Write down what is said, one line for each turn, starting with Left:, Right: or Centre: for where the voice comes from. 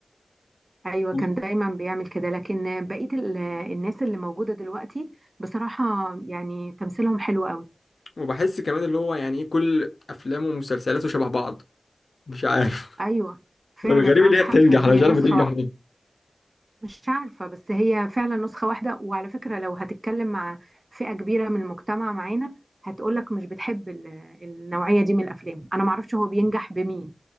Right: ايوه
Left: <laughs>
Right: كان دايما بيعمل كده لكن بقيه ال... الناس اللي موجوده دلوقتي بصراحه يعني تمثيلهم حلو قوي
Left: وبحس كمان اللي هو يعني ايه كل افلامه ومسلسلاته شبه بعض مش عارف
Right: ايوه
Left: <laughs>
Right: فعلا
Left: والغريب
Right: معاك
Left: اللي هي
Right: حق
Left: بتنجح
Right: هي
Left: انا مش عارف
Right: نسخه
Left: بتنجح
Right: واحده مش عارفة بس هي فعلا نسخة واحدة وعلى فكرة لو هتتكلم مع فئة كبيرة من المجتمع معانا هتقولك مش بتحب ال- النوعية دي من الأفلام أنا معرفش هو بينجح بمين